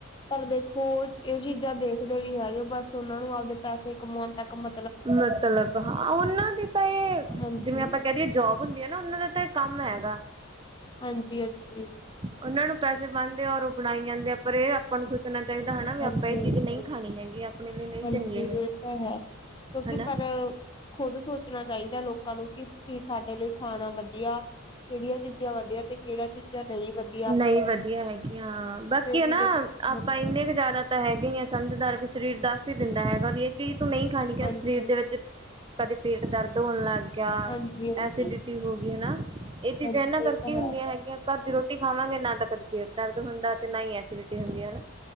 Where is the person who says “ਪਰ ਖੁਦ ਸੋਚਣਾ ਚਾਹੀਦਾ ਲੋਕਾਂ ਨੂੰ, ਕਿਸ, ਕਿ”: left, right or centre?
Left